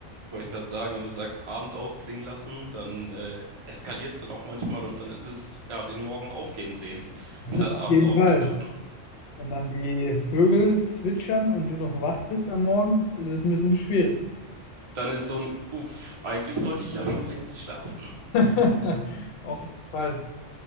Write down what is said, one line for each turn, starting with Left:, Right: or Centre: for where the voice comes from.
Right: Wollte ich gerade sagen, wenn du sagst, Abend ausklingen lassen, dann äh, eskaliert es dann auch manchmal und dann ist es, ja, den Morgen aufgehen sehen, <laughs>
Left: <laughs>
Right: statt
Left: Auf
Right: Abend
Left: jeden
Right: ausklingen
Left: Fall.
Right: lassen.
Left: Und dann die Vögel zwitschern und du noch wach bist am Morgen, ist es ein bisschen schwierig.
Right: Dann ist so ein, uff, eigentlich sollte ich ja schon längst schlafen.
Left: <laughs> Auf jeden Fall.